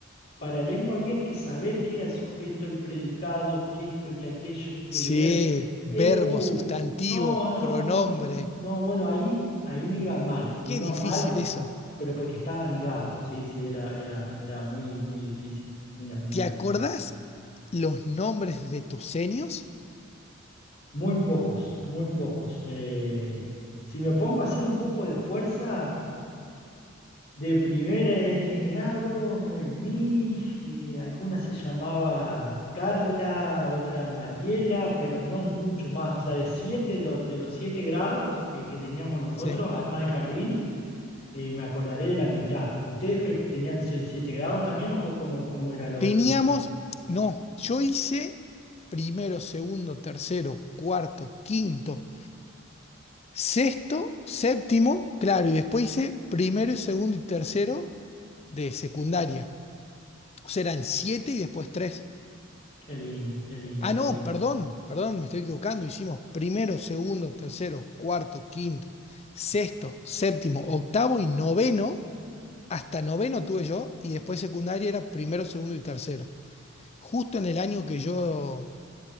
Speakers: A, on the left (about 50°); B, on the left (about 30°).
A: para lengua había que saber qué era el sujeto, el predicado, qué esto, qué aquello, qué
B: Sí,
A: leer.
B: verbos,
A: Es, uh,
B: sustantivos,
A: no, no,
B: pronombre.
A: no, no, no, no, bueno, ahí, ahí me iba mal, me
B: Qué
A: iba
B: difícil
A: mal
B: eso.
A: pero porque estaba negado, sí, sí, era, era, era muy, muy difícil. Una, una,
B: ¿Te acordás
A: un-
B: los nombres de tus senios?
A: muy pocos, muy pocos. Eh, si me pongo a hacer un poco de fuerza, de primer eh, grado, Noemí, eh, alguna se llamaba Carla, otra Mariela, pero no mucho más. O sea, de siete, de, lo- de los siete grados que, que teníamos nosotros,
B: Sí.
A: además del jardín, eh, me acordaré de la mitad. ¿Ustedes que tenían se- siete grados también o co- cómo, cómo era lo,
B: Teníamos,
A: lo de ustedes?
B: no, yo hice primero, segundo, tercero, cuarto, quinto, sexto, séptimo, claro, y después hice primero, y segundo y tercero de secundaria. O sea, eran siete y después tres.
A: Qué lindo, qué lindo,
B: Ah,
A: qué
B: no,
A: lindo.
B: perdón, perdón, me estoy equivocando. Hicimos primero, segundo, tercero, cuarto, quinto, sexto, séptimo, octavo y noveno. Hasta noveno tuve yo y después secundaria era primero, segundo y tercero. Justo en el año que yo,